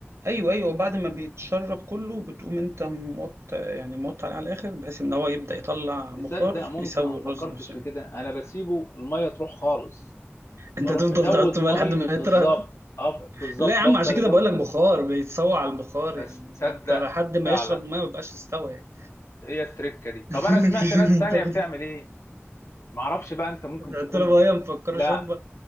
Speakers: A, on the right; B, on the left.
A: ايوه ايوه وبعد ما بيتشرب كله بتقوم انت موط يعني موط عليه على الاخر بحيث ان هو يبدا يطلع
B: تصدق
A: بخار
B: ممكن
A: يسوي
B: انا ما
A: الرز
B: فكرتش
A: نفسه
B: في
A: <laughs> يعني.
B: كده انا بسيبه الميه تروح خالص بروح
A: انت تفضل
B: مزود
A: تحط
B: ميه
A: بقى لحد ما
B: بالظبط
A: يطرى
B: أف- بالظبط
A: لا يا عم
B: بفضل
A: عشان كده
B: ازود
A: بقول لك بخار بيتسوى على البخار
B: بس
A: يعني
B: تصدق
A: انت لحد ما
B: فعلا
A: يشرب الميه ما بقاش استوى يعني
B: هي التركه دي طب
A: <laughs>
B: انا سمعت ناس تانية
A: انت بت-
B: بتعمل ايه معرفش بقى انت ممكن
A: بتحط
B: تكون
A: له ميه مفكره
B: لا
A: شوربه